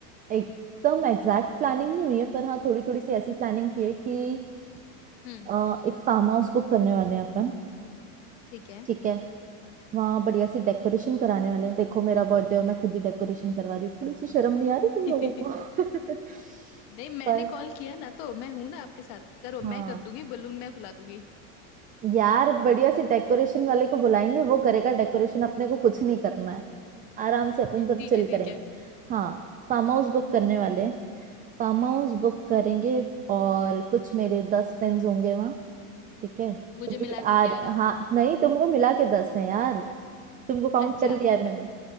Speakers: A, on the right; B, on the left.
A: एकदम एग्जैक्ट प्लानिंग नहीं हुई है पर हाँ थोड़ी थोड़ी सी ऐसी प्लानिंग की है कि
B: हम्म
A: अ, एक फार्म हाउस बुक करने वाले हैं अपन
B: ठीक है
A: ठीक है वहाँ बढ़िया सी डेकोरेशन कराने वाले हैं देखो मेरा बर्थडे और मैं खुद ही डेकोरेशन करवा रही हूँ थोड़ी सी शर्म नहीं आ रही तुम
B: <laughs>
A: लोगों को <laughs>
B: नहीं मैंने
A: पर
B: कॉल किया ना तो मैं हूं ना आपके साथ करो
A: हाँ
B: मैं कर दूंगी बलून मैं फुला दूंगी
A: यार बढ़िया सी डेकोरेशन वाले को
B: <laughs>
A: बुलाएंगे वो करेगा डेकोरेशन अपने को कुछ नहीं करना है आराम से अपन सब
B: ठीक
A: चिल
B: है ठीक
A: करेंगे
B: है
A: हाँ फार्म हाउस बुक करने वाले फार्म
B: हम्म
A: हाउस बुक करेंगे और कुछ मेरे दस फ्रेंड्स होंगे ठीक है
B: मुझे
A: तो
B: मिला
A: भी
B: के
A: आर
B: ग्यारह
A: हाँ नहीं तुमको मिला के दस है यार तुमको काउंट
B: अच्छा
A: कर लिया है मैंने